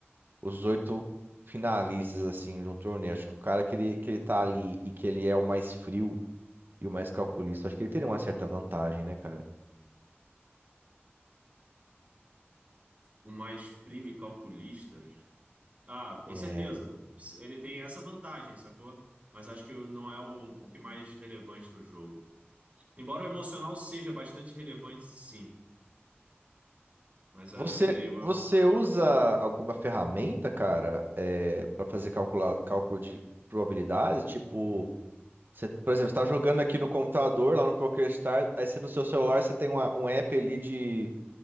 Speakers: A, on the right; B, on the right.
A: os oito finalistas assim de um torneio, acho que o cara que ele, que ele tá ali e que ele é o mais frio e o mais calculista, acho que ele teria uma certa vantagem, né, cara?
B: Um mais frio e calculista. Ah, com
A: É,
B: certeza. Ele tem essa vantagem, sacou? Mas acho que não é o o que mais relevante no jogo. Embora o emocional seja bastante relevante, sim. Mas acho
A: Você
B: que teria uma
A: você
B: vantagem.
A: usa alguma ferramenta, cara, é, para fazer calcula, cálculo de probabilidades, tipo Você, por exemplo, você tá jogando aqui no computador, lá no PokerStars, aí você no seu celular você tem uma- um app ali de,